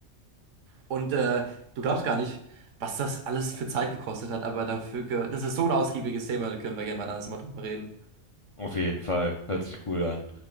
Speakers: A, on the right (about 80°); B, on the left (about 50°).
A: Und äh, du glaubst gar nicht, was das alles für Zeit gekostet hat, aber dafür, das ist so ein ausgiebiges Thema, da können wir gerne mal ein anderes Mal drüber reden.
B: Auf jeden Fall. Hört sich cool an.